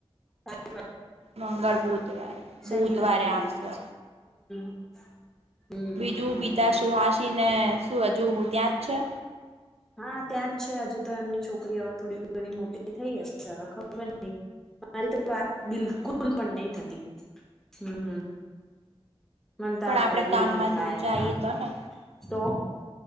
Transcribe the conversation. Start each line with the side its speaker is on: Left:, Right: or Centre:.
Centre: હા.
Right: મંગળ બુધવારે
Centre: શનિવારે
Right: બુધવારે
Centre: મે બી
Right: આવશે.
Centre: <inaudible> હમ
Right: બીજું બીધા સુહાાસીને શું હજુ. ત્યાં જ છે?
Centre: હા ત્યાં જ છે હજુ તો એમની છોકરી હવે થોડી ઘણી મોટી થઈ જ હવે ખબર નઇ અરી. વાત બિલકુલ
Right: હમ
Centre: પણ નહી થતી. હમ્મ. મનતા
Right: પણ આપડે
Centre: એવી
Right: કામમાંથી
Centre: ન થાય
Right: ઊંચા
Centre: એના
Right: આઈએ તો ને
Centre: તો